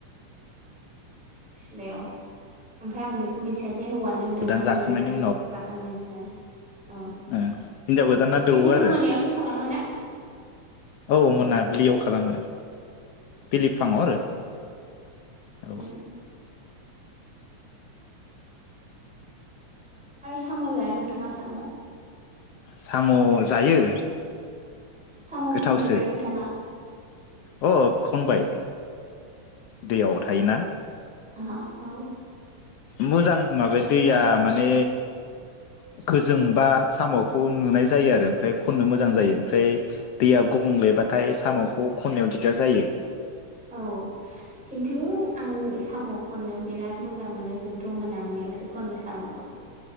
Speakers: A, in the centre; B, on the left.
A: सिलायावहाय ओमफाय आं बेखौ मिथिया बे हौवानो दौना
B: गोदान जाखांनायनि
A: होयो मायो
B: उनाव
A: बेखौबा आं मिन्थिया आरो औ
B: ओ हिनजाव गोदाना दौवो
A: बेखौथ
B: आरो
A: मोनायावसो खालामो ना
B: औ मोनाब्लियाव खालामो बिलिफाङाव
A: उम
B: आरो औ
A: उम आरो साम जाया नोंथाङा साम
B: साम जायो
A: साम
B: गोथावसो
A: खनफेरबाय नोंथाङा
B: अ खनबाय दैयाव थायोना
A: आहा औ
B: मोजां माबाया दैया माने गोजोंबा सामखौ नुनाय जायो आरो ओमफ्राय खननो मोजां जायो ओमफ्राय दैया गुबुंलेबाथाय सामखौ खननायाव दिगदार जायो
A: औ खिन्थु आं साम खननो बिराद मोजां मोनो जोंथ मोना मोनायावसो खनो सामखौ